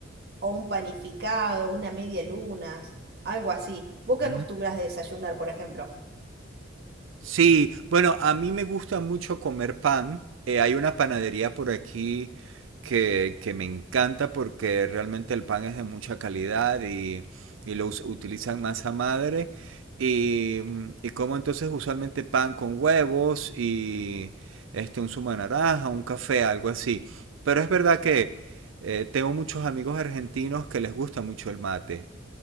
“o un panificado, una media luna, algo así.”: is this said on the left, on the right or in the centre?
Right